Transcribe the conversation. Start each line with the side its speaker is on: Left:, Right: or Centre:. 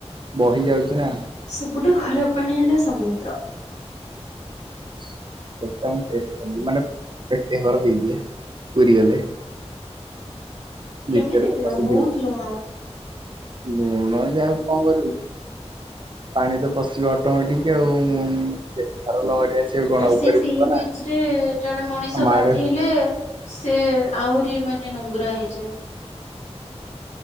Right: ବହି ଯାଉଚି ନା।
Left: ସବୁଠୁ ଖରାପ ପାଣି ହେଲା ସମୁଦ୍ର।
Right: ସେଟା ମୁଁ ଟେଷ୍ଟ କରିନି ମାନେ ପେଟେ ହବରପିଇ ଦିଏ ପୁରି ଗଲେ।
Left: କେମିତି
Right: ଭିତରେ ତ
Left: ପିଅ
Right: ବସିିଥିବୁ
Left: ବହୁତ ଲୁଣ।
Right: <unintelligible> କଣ କରିବୁ। ପାଣି ତ ପଶିବ ଅଟୋମେଟିକ ଆଉ ମୁଁ ବେପାର ଲହରୀ ଆସିବ କଣ
Left: ଆ
Right: ଉପରେ
Left: ସେ ସି
Right: ଯିବ ନା
Left: ବିଚ ରେ ଜଣେ ମଣିଷ
Right: ଆମ
Left: ଗାଧେଇଲେ
Right: ଆଡେ
Left: ସେ ଆହୁରି ମାନେ ନୁଙ୍ଗୁରା ହେଇଯାଏ।